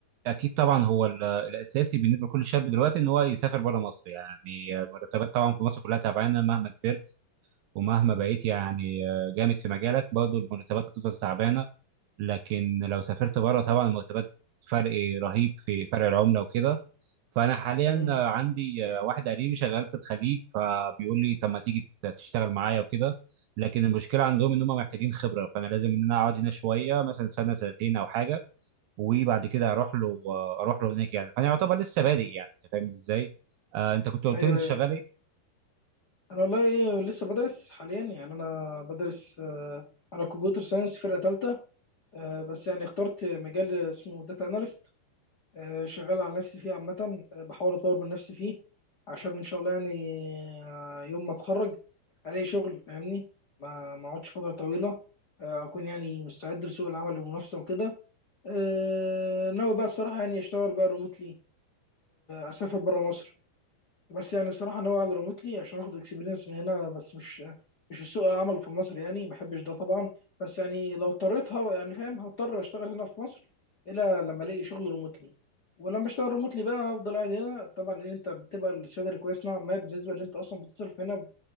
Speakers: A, on the right (about 80°); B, on the left (about 55°).
A: اكيد طبعا هو ال- الاساسي بالنسبه لكل شاب دلوقتي ان هو يسافر بره مصر يعني المرتبات طبعا في مصر كلها تعبانه مهما كبرت ومهما بقيت يعني آه، جامد في مجالك برضه المرتبات هتفضل تعبانه لكن لو سافرت بره طبعا المرتبات فرق رهيب في فرق العمله وكده فانا حاليا
B: مم.
A: آه، عندي آه، واحد قريبي شغال في الخليج فبيقول لي طب ما تيجي ت- تشتغل معايا وكده لكن المشكله عندهم ان هم محتاجين خبره فانا لازم ان انا اقعد هنا شويه مثلا سنه سنتين او حاجه وبعد كده اروح له اروح له هناك يعني فانا يعتبر لسه بادئ يعني انت فاهم ازاي آه انت كنت قلت
B: ايوه
A: لي انت
B: ايوه
A: شغال ايه
B: انا والله لسه بدرس حاليا يعني انا بدرس أه على كمبيوتر ساينس فرقة تالتة أه بس يعني اخترت مجال اسمه داتا اناليست آه، شغال على نفسي فيه عامة آه، بحاول أطور من نفسي فيه عشان إن شاء الله يعني آه، يوم ما أتخرج ألاقي شغل فاهمني ما ما أقعدش فترة طويلة آه، أكون يعني مستعد لسوق العمل والمنافسة وكده آه، ناوي بقى الصراحة يعني أشتغل بقى ريموتلي أسافر برا مصر بس يعني الصراحه ناوي على ريموتلي عشان اخد اكسبيرينس من هنا بس مش مش في سوق العمل في مصر يعني ما بحبش ده طبعا بس يعني لو اضطريت ه- يعني فاهم هضطر اشتغل هنا في مصر الا لما الاقي شغل ريموتلي ولما اشتغل ريموتلي بقى هفضل قاعد هنا طبعا ان انت بتبقى السالري كويس نوعا ما بالنسبه اللي انت اصلا بتصرف هنا